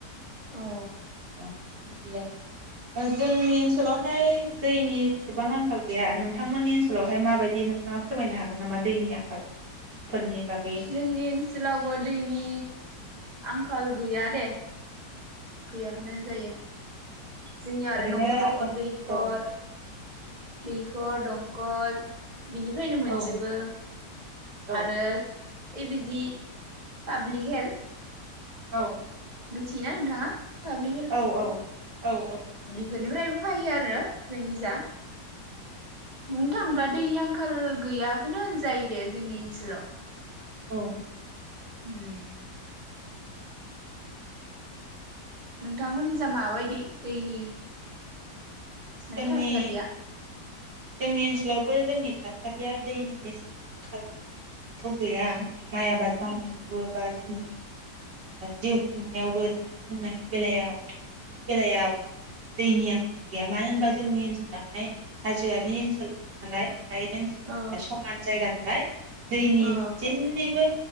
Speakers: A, on the right; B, on the right.
A: औ
B: ओं। बिदि आरो जोंनि ओनसोलावहाय दैनि बेसेबां आंखाल गैया नोंथांमोननि ओनसोलावहाय माबायदि नोंथाङा फोरमायनो हागोन नामा दैनि आंखालफोरनि बागै
A: जोंनि ओनसोलावबो दैनि आंखाल गैया दे। गैयाखौनो जायो जोंनियाव आरो
B: ओरैनो
A: न'खर न'खर दैखर
B: औ
A: दैखर दं गल बिनिफ्रायनो मोनजोबो
B: औ औ
A: आरो ए बिदि पाब्लिक हेल्थ
B: औ।
A: मिथियोना नोंथाङा पाब्लिक
B: औ औ औ औ।
A: फोरनिफ्रायबो फैयो आरो जोंनि जा बुंनो थाङोब्ला दैनि आंखाल गैयाखौनो होनजायो दे जोंनि ओनसोलाव।
B: औ
A: उम। नोंथांमोननि जा माबायदि दैनि
B: जोंनि
A: माने थासारिया
B: जोंनि ओनसोलावबो जोंनि थासारिया दैनि एसेबां आंखाल थ' गैया माइ आबाद मावनायावबो
A: उम
B: बा जोंनि जिउ खुंनायावबो जानाय लोंनायनि बेलायाव दुगैनायनि बेलायाव दैनि आंखाल गैया मानो होनबा जोंनि ओनसोलाहाय हाजो हाजोनि ओनसोल नङा नालाय हायेन ओनसोल जोंनिया
A: औ
B: समान जायगा नालाय दैनि
A: औ
B: जेनिबो